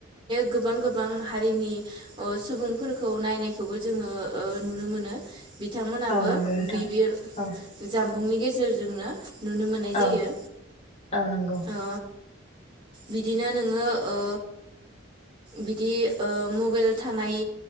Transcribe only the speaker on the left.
औ नंगौ नोंथां
औ
औ
औ नंगौ